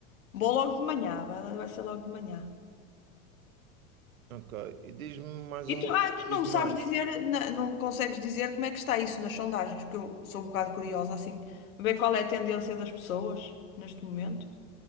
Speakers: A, on the left; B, on the right.
A: Vou logo de manhã, vai, vai ser logo de manhã.
B: Ok, e diz-me mais
A: E
B: uma,
A: tu, ah, tu
B: diz
A: não me
B: mais.
A: sabes dizer, na- não me consegues dizer como é que está isso nas sondagens, porque eu sou um bocado curiosa, assim, ver qual é a tendência das pessoas neste momento.